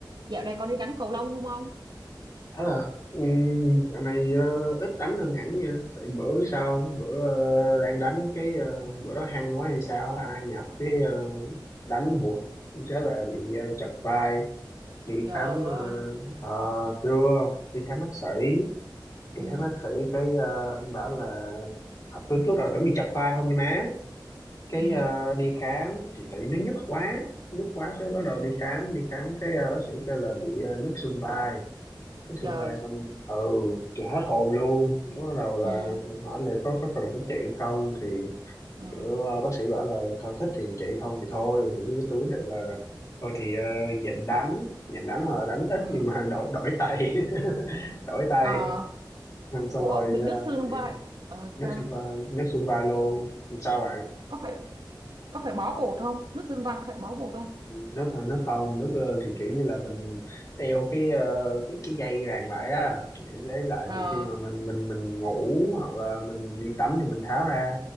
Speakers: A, on the right; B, on the left.
A: Dạo này con đi đánh cầu lông không ông?
B: À, um, dạo này ờ, ít đánh hơn hẳn nha. Tại bữa biết sao không? Bữa ờ, đang đánh cái ờ, bữa đó hăng quá hay sao á, ai nhập cái ờ, đánh vụt rất là bị ờ, chật vai đi
A: Trời
B: khám
A: ơi.
B: ờ, ờ, chưa đi khám bác sĩ đi
A: Ừ,
B: khám bác sĩ cái ờ, bảo là "Ờ, tôi lúc đầu tưởng bị chật vai không nha má cái
A: ừ,
B: ờ, đi khám thì tại vì nó nhức quá nhức quá cái bắt
A: ừ,
B: đầu đi khám đi khám cái ờ, bác sĩ kêu là bị ờ, nhức xương vai Uống
A: trời.
B: sữa hoài xong ừ thì hết hồn luôn cái bắt đầu là
A: Ừ,
B: hỏi là có có cần phải trị không thì
A: ừ,
B: kiểu ờ, bác sĩ bảo là không thích thì trị không thì thôi thì tôi quyết định là thôi thì ờ, nhịn đánh nhịn đánh là đánh ít
A: ừ.
B: nhưng mà <laughs> đổi đổi tay <laughs> đổi tay
A: Ờ,
B: xong
A: ủa,
B: rồi
A: bị
B: ờ,
A: đứt xương
B: chị
A: vai. Ờ, sao?
B: nước xương vai nước xương vai luôn sao bạn
A: Có phải có phải bó bột không? Đứt xương vai có phải bó bột không?
B: nó không- nó không nó ờ, thì kiểu như là mình đeo cái ờ, cái cái dây ràng lại á để lại
A: Ờ,
B: thì khi mà mình mình mình ngủ hoặc là mình đi tắm thì mình tháo ra